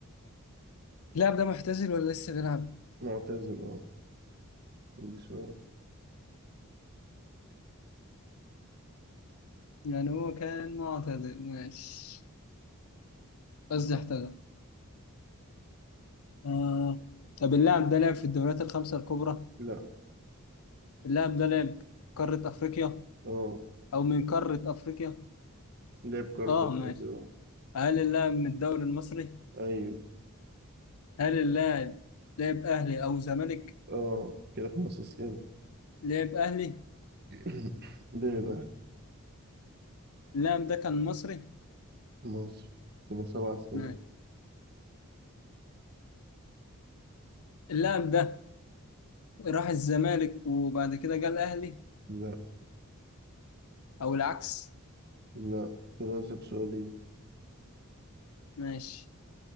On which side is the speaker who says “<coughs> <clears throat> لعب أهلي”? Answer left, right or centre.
Right